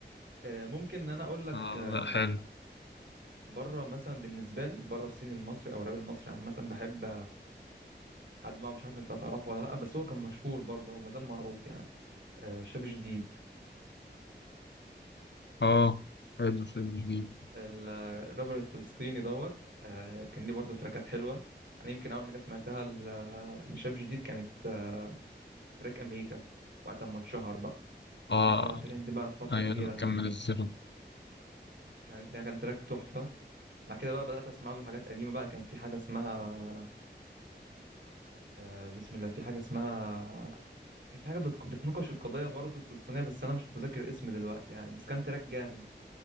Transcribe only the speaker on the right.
آه، ممكن ان انا اقول لك
آه،
بره مثلا بالنسبه لي بره الصين المصري او الراب المصري عامه بحب حد بقى مش عارف انت هتعرفه ولا لا بس هو كان مشهور برضه او مازال معروف يعني آه، شاب جديد
ال- الرابر الفلسطيني دوت آه، كان ليه برضه تراكات حلوه انا يمكن اول حاجه سمعتها ل- لشاب جديد كانت آه، تراك امريكا وقت ما اتشهر بقى
كان طالع ترند بقى في فتره
كبيره
ده
كان ده كان تراك تحفه بعد كده بقى بدات اسمع له حاجات قديمه بقى كان في حاجه اسمها آه، بسم الله في حاجه اسمها كان في حاجة بتك- بتناقش القضية برضه الفلسطينية بس أنا مش متذكر الاسم دلوقتي يعني بس كان تراك جامد